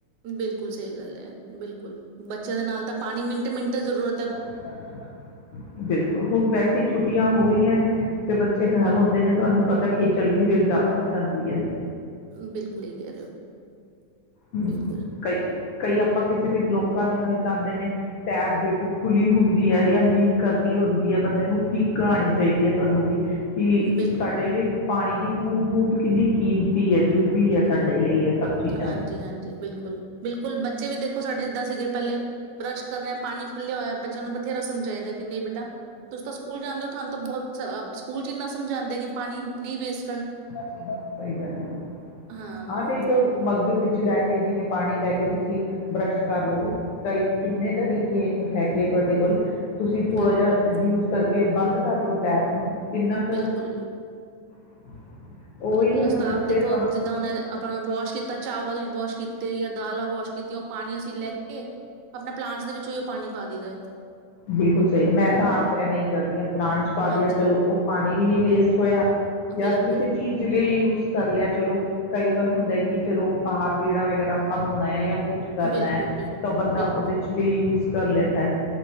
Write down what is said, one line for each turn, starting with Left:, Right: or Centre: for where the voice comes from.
Right: ਬਿਲਕੁੱਲ ਸਹੀ ਗੱਲ ਐ ਬਿਲਕੁੱਲ। ਬੱਚਿਆਂ ਦੇ ਨਾਲ ਤਾਂ ਪਾਣੀ ਮਿੰਟ-ਮਿੰਟ ਜ਼ਰੂਰ
Left: <inaudible> ਬਿਲਕੁੱਲ ਹੁਣ ਵੈਸੇ ਈ ਛੁੱਟੀਆਂ ਹੋ ਗਈਆਂ ਨੇ ਤੇ ਬੱਚੇ ਘਰ ਹੁੰਦੇ ਨੇ ਤੁਹਾਨੂੰ ਪਤਾ ਖੇਚਲ ਵੀ ਫਿਰ ਜ਼ਿਆਦਾ ਹੋ ਜਾਂਦੀ ਐ
Right: ਬਿਲਕੁਲ ਹੀ ਕਹਿ ਰਹੇ ਹੋ
Left: ਹੂੰ
Right: ਬਿਲਕੁਲ
Left: ਕਈ ਕਈ ਆਪਾਂ ਕਿਸੇ ਕਿਸ ਲੋਕਾਂ ਦੇ ਘਰ ਜਾਂਦੇ ਨੇ ਟੈਬ ਦੇਖੋ, ਖੁੱਲੀ ਹੁੰਦੀ ਐ ਜਾਂ ਲੀਕ ਕਰਦੀ ਹੁੰਦੀ ਐ, ਬੰਦੇ ਨੂੰ ਠੀਕ ਕਰਾਣੀ ਚਾਈਦੀ ਐ। ਤੁਆਨੂੰ ਵੀ ਕਿ
Right: ਬਿਲਕੁਲ
Left: ਸਾਡੇ ਲਈ ਪਾਣੀ ਦੀ ਬੂੰਦ ਬੂੰਦ ਕਿੰਨੀ ਕੀਮਤੀ ਐ, ਜ਼ਰੂਰੀ
Right: ਅ,
Left: ਐ ਸਾਡੇ ਲਈ ਇਹ ਸਭ ਚੀਜ਼ਾਂ।
Right: ਹਾਂਜੀ ਹਾਂਜੀ ਬਿਲਕੁਲ, ਬਿਲਕੁਲ ਬੱਚੇ ਵੀ ਦੇਖੋ ਸਾਡੇ ਏਦਾਂ ਸੀਗੇ ਪਹਿਲੇ ਬਰੱਸ਼ ਕਰ ਪਾਣੀ ਖੁੱਲਿਆ ਹੋਇਆ ਬੱਚਿਆਂ ਨੂੰ ਬਥੇਰਾ ਸਮਝਾਈਦਾ ਕਿ ਨਹੀਂ ਬੇਟਾ ਤੁਸੀਂ ਤਾਂ ਸਕੂਲ ਜਾਂਨੇ ਹੋ ਤੁਹਾਨੂੰ ਤਾਂ ਬਹੁਤ ਸਕੂਲ ਚ ਇਨਾ ਸਮਝਾਂਦੇ ਕਿ ਪਾਣੀ ਨਹੀਂ ਵੇਸ
Left: ਕਰਨਾ ਚਾਹੀਦਾ ਸਹੀ ਗੱਲ ਐ।
Right: ਹਾਂ
Left: ਆਹਦੇ ਤੋਂ ਮਗ ਵ ਲੈ ਕੇ ਜਿਵੇਂ ਪਾਣੀ ਲੈ ਕੇ ਤੁਸੀਂ ਬਰੱਸ਼ ਕਰ ਲਓ। ਕਈ ਕਿੰਨੇ ਤਰੀਕੇ ਹੈਗੇ, ਤੁਹਾਡੇ ਕੋਲ ਤੁਸੀਂ ਥੋੜ੍ਹਾ
Right: ਬਿਲਕੁਲ,
Left: ਜਿਹਾ ਯੂਜ ਕਰ ਕੇ ਬੰਦ ਕਰਦੋ ਟੈਪ ਨੂੰ ਕਿੰਨਾ ਕੁ
Right: ਬਿਲਕੁਲ
Left: <unintelligible>
Right: ਬਿਲਕੁਲ
Left: ਉਹੀ ਹੈ
Right: ਅਸਤਾ
Left: ਨਾ ਬੱਚੇ
Right: ਆਪ ਦੇਖੋ,
Left: ਸਮ
Right: ਜਿੱਦਾਂ ਉਹਨੇ ਆਪਣਾ ਵਾਸ਼ ਕੀਤਾ ਚਾਵਲ ਵਾਸ਼ ਕੀਤੇ ਜਾਂ ਦਾਲਾਂ ਵਾਸ਼ ਕੀਤੀਆਂ ਉਹ ਪਾਣੀ ਅਸੀਂ ਲੈ ਕੇ ਆਪਣਾ ਪਲਾਂਟਸ ਦੇ ਵਿੱਚੋਂ ਪਾਣੀ ਪਾ ਦਈਦਾ।
Left: ਬਿਲਕੁਲ ਸਹੀ ਮੈਂ ਤਾਂ ਆਪ ਐਵੇਂ ਹੀ ਕਰਦੀ ਆਂ। ਪਲਾਂਟ ਚ ਪਾ
Right: ਹਾਂਜੀ
Left: ਦਿਆਂ ਚਲੋ ਉਹ ਪਾਣੀ ਵੀ ਨਹੀਂ ਵੇਸਟ ਹੋਇਆ ਜਾਂ
Right: ਬਿਲਕੁਲ,
Left: ਕਿਸੇ ਚੀਜ਼ ਲਈ ਯੂਜ਼ ਕਰ ਲਿਆ ਚਲੋ। ਕਈ ਵਾਰ ਹੁੰਦਾ ਕਿ ਚਲੋ ਬਾਹਰ ਵਿਹੜਾ ਵਗੈਰਾ ਆਪਾਂ ਧੋਣਾ ਐ ਜਾਂ ਕੁਛ ਕਰਨਾ
Right: ਬਿਲਕੁਲ,
Left: ਐ,
Right: ਬਿਲਕੁਲ,
Left: ਤਾਂ ਬੰਦਾ
Right: ਬਿਲਕੁਲ,
Left: ਉਹਦੇ ਚ ਲਈ ਯੂਜ਼ ਕਰ ਲੈਂਦਾ।